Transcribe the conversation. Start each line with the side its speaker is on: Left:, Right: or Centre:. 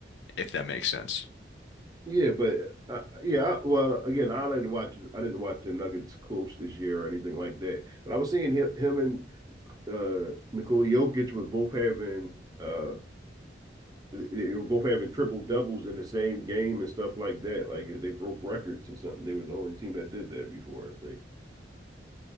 Left: if that makes sense.
Right: Yeah, but uh, yeah, I- well, again, I didn't watch I didn't watch the Nuggets close this year or anything like that. But I was seeing him, him and uh Nikola Jokic was both having uh they they were both having triple doubles in the same game and stuff like that. Like they broke records or something. They were the only team that did that before, I think.